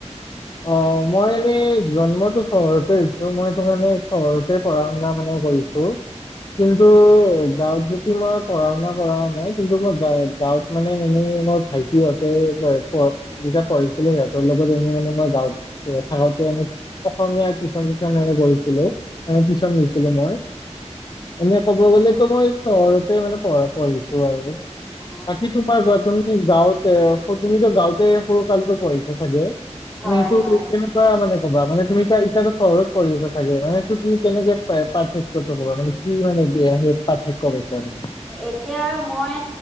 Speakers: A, on the left; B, in the centre.
A: অ মই এনেই জন্মটো চহৰতে হৈছো মইতো মানে চহৰতে পঢ়া শুনা মানে কৰিছো কিন্তু গাঁৱত যদি মই পঢ়া শুনা কৰা নাই কিন্তু মই গাঁৱত মানে এনেই মোৰ ভাইটিহঁতে যেতিয়া পঢ়িছিলো সিহঁতৰ লগত এনে মানে মই থাক অসমীয়া টিউচন নিচন কৰিছিলো ম টিউচন লৈছিলো মই এনে ক'ব গ'লেতো
B: হয়,
A: মই চ মানে পঢ়ি পঢ়িছো আৰু
B: অ',
A: বাকী তোমাৰ তুমি গাঁৱত তুমি ত গাঁওঁতে ফৰু কালটো পোৱাইচ চাগয়?
B: হয়,
A: তুমি এইটো
B: হয়।
A: কেনেকুৱা মানে ক'বা মানে তুমি এতিয়া এতিয়াতো চহৰত পঢ়ি আছা চাগে, মানে সেইটো তুমি কেনেকে পাৰ্থক্যটো‌ কবা? মানে কি মানে কি আ সেই পাৰ্থক্য পাইছা তুমি?
B: এতিয়া মই